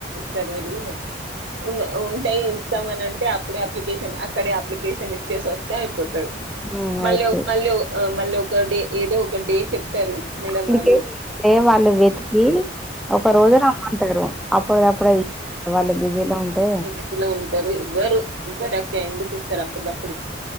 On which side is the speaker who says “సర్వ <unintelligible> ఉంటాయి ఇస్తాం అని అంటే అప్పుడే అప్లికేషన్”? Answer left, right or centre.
Right